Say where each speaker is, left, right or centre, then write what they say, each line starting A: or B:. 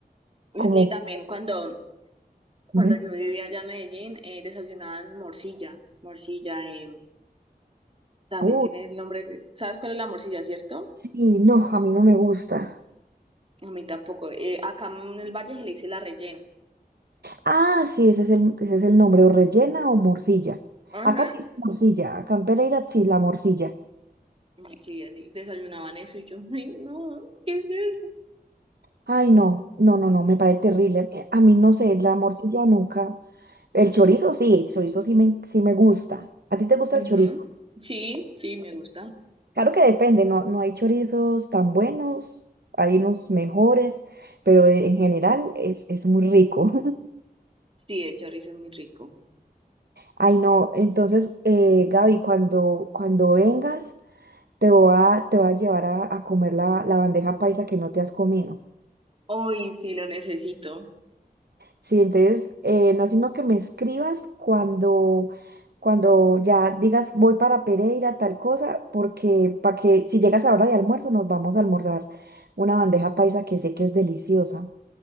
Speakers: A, on the right (about 35°); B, on the right (about 75°).
A: Sí,
B: como,
A: también cuando, cuando
B: Ujú.
A: yo vivía allá en Medellín, eh, desayunaban morcilla. Morcilla, eh, también
B: uh,
A: tiene el nombre. ¿Sabes cuál es la morcilla, cierto?
B: sí, no, a mí no me gusta.
A: A mí tampoco. Eh, acá en el valle se le dice la rellena.
B: Ah, sí, ese es el, ese es el nombre, o rellena o morcilla.
A: Ajá.
B: Acá sí dice morcilla, acá en Pereira sí, la morcilla.
A: Sí, así desayunaban eso y yo, ay, no, ¿qué es eso?
B: Ay, no, no, no, no, me parece terrible. Eh, A mí no sé, la morcilla nunca. El chorizo sí, el chorizo sí me, sí me gusta. ¿A ti te gusta
A: Ujú.
B: el chorizo?
A: Sí, sí, me gusta.
B: Claro que depende, no, no hay chorizos tan buenos, hay unos mejores, pero en general es, es muy rico.
A: Sí, el chorizo es muy rico.
B: Ay, no, entonces, eh, Gaby, cuando, cuando vengas, te voy a, te voy a llevar a, a comer la, la bandeja paisa que no te has comido.
A: Hoy sí lo necesito.
B: Sí, entonces, eh, no, sino que me escribas cuando, cuando ya digas voy para Pereira, tal cosa, porque para que si llegas a hora de almuerzo, nos vamos a almorzar una bandeja paisa que sé que es deliciosa.